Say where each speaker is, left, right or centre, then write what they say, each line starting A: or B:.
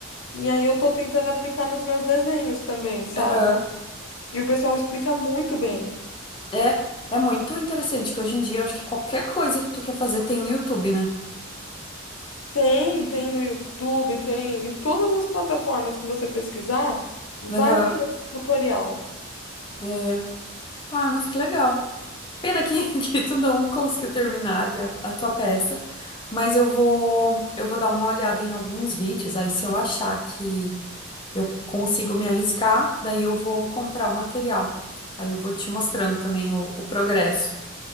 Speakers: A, on the left; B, on the left.
A: E aí eu tô tentando aplicar nos meus desenhos também, sabe?
B: aham.
A: E o pessoal explica muito bem.
B: É, é muito interessante que hoje em dia eu acho que qualquer coisa que tu quer fazer tem no YouTube, né?
A: Tem, tem no YouTube, tem em todas as plataformas que você pesquisar, vai
B: Aham,
A: ter tutorial.
B: é. Ah, mas que legal. Pena que, <laughs> que tu não conseguiu terminar ali a, a tua peça, mas eu vou, eu vou dar uma olhada em alguns vídeos, aí se eu achar que eu consigo me arriscar, daí eu vou comprar o material. Aí eu vou te mostrando também o, o progresso.